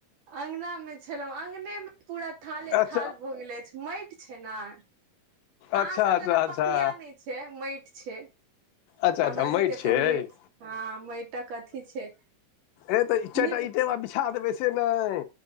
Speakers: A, on the right; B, on the left.
A: अङ्गना मे छलहुँ अङ्गने मे पूरा थाले
B: अच्छा
A: थाल भऽ गेल अछि माटि छै ने अहाँसभ
B: अच्छा अच्छा
A: जेना
B: अच्छा
A: पकिया नहि छै माटि छै
B: अच्छा
A: हमरा
B: अच्छा माटि
A: सबके
B: छै
A: तऽ हँ माटिक अथी छै
B: ए तऽ चटा
A: नीप
B: इटेबा बिछा देब से नहि